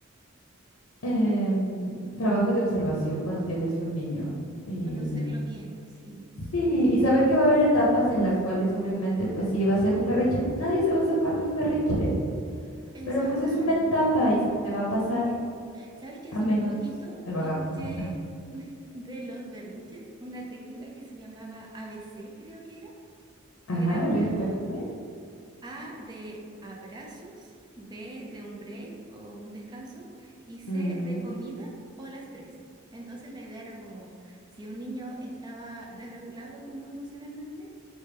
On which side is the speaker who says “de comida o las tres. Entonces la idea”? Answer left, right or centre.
Right